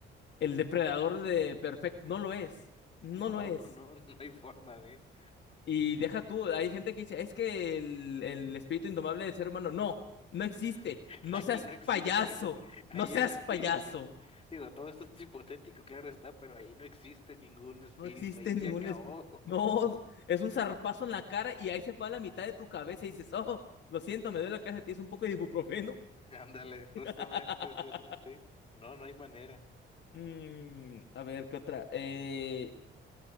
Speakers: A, on the left; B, on the left.
A: el depredador de Perfect, no lo es, no
B: No,
A: lo es.
B: no, no, <laughs> no hay forma de.
A: Y deja tú, hay gente que dice, es que el, el espíritu indomable del ser humano, no, no existe,
B: <laughs>
A: no
B: Ahí
A: seas
B: no existe.
A: payaso,
B: Ahí
A: no seas
B: es espíritu.
A: payaso.
B: Digo, todo esto es hipotético, claro está, pero ahí no existe ningún espíritu.
A: No existe
B: Ahí se
A: ningún
B: acabó.
A: espíritu. No, es un zarpazo en la cara y ahí se fue a la mitad de tu cabeza y dices, oh, lo siento, me duele la cabeza, tienes un poco de ibuprofeno.
B: <laughs> Ándale, justamente,
A: <laughs>
B: sí, sí, sí. No, no hay manera.
A: Mm, a ver, ¿qué otra? Eh,